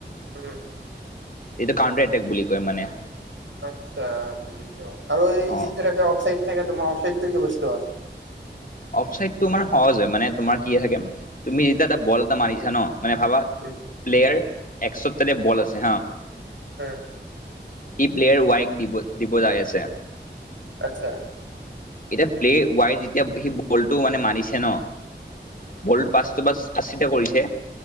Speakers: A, on the right; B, on the left.
A: উম
B: এইটো কাউণ্টাৰ এটেক বুলি কয় মানে।
A: আচ্ছা বুজিছো আৰু এই
B: অ'।
A: যিটো থাকে অফচাইড থাকে তোমাৰ অফচাইডটো কি বস্তু হয়
B: অফচাইড তোমাৰ সহজ হয় মানে তোমাৰ কি আহে গে তুমি যেতিয়া এটা বল এটা মাৰি দিছা ন মানে ভাবা
A: উম
B: প্লেয়াৰ এক্সৰ তাতে বল আছে হা
A: হয়
B: ই প্লেয়াৰ ৱাইক দিব দিব যাই আছে
A: আচ্ছা
B: এতিয়া প্লে ৱাই যেতিয়া সেই বলটো মানে মাৰিছে ন
A: উম
B: বলটো পাঁচটো পাঁচ আশিটা <unintelligible> কৰিছে